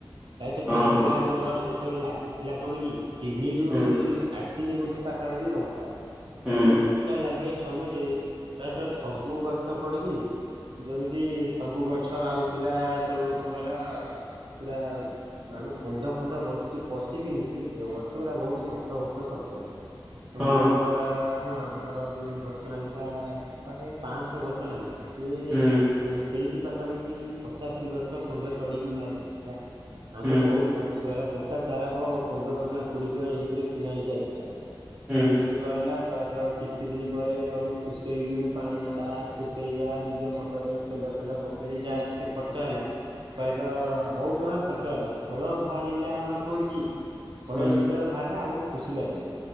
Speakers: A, on the right (about 65°); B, in the centre.
A: ପ୍ରାୟତଃ,
B: ହଁ
A: ସେ ବିଲରେ
B: ହଁ
A: ଆମର ଯେତେବେଳେ ଲାଗିଥିଲା କଣ କି ତିନିରୁ
B: ହୁଁ
A: ସା ତିନି ଗୁଣ୍ଠୁ ପାଖାପାଖି ଲଙ୍କା ସେ
B: ହୁଁ
A: ଲଙ୍କା ଲାଗିବା ତମେରେ ପ୍ରାୟତଃ ସବୁ ଗଛ କଣ କି ଯେମିତି ସବୁ ଗଛ ଆଉଥିଲା, ସବୁ କଣ କହିଲ ପୁରା ଆମ ଷେଣ୍ଢ ଫେଣ୍ଡ ବସି ପଶିକିନି ସେ ଗଛ ଗୁଡା ବହୁତ ନଷ୍ଟ ଫଷ୍ଟ କରିଛନ୍ତି। ତ
B: ହଁ
A: ମୋର ପ୍ରାୟ ହଣ ଆମର ଯୋଉ ଗଛ ନାଗିଥିଲା ପାଖା ପାଖି ପାଞ୍ଚଶହ ଗଛ ଲାଗିଥିଲା। ସେ
B: ହୁଁ
A: ହୁ ସେଇଠି ପାଖାପାଖି ପଚାଶଟି ଗଛ ଷେଣ୍ଢ ଚଢିକି ମାରି ଦେଇଥିଲା। ଆମର
B: ହୁଁ
A: ବହୁତ ମନ ଦୁଃଖ ହେଲା ଗୋଟା ଚାରାକ ପନ୍ଦର ଟଙ୍କା କୋଡିଏ ଟଙ୍କା ଏମିତିରେ କିଣା ହେଇକି ଆଇଥିଲା।
B: ହୁଁ
A: ମନଦୁଃଖ ହେଲା, ପ୍ରାୟତଃ କିଛି ଦିନି ପରେ ସବୁ ଖୁସେଇଲୁ ପାଣି ମଡ଼ା ହେଲା। ଖୁସେଇବା, ନିଜ ମଟରରେ ତେଲ ଫେଲ ପକେଇ ଯାହା ଯେତେ ଖର୍ଚ୍ଚ ହେଲା ପ୍ରାୟତଃ ବହୁତ ଟଙ୍କା ଖର୍ଚ୍ଚ ହେଲା, ଫଳ ବାହାରିଲା ଆମର କଣ କି ଫଳ
B: ହୁଁ
A: ଯେତେବେଳେ ବାହାରିଲା ଆମକୁ ଖୁସି ଲାଗିଲା।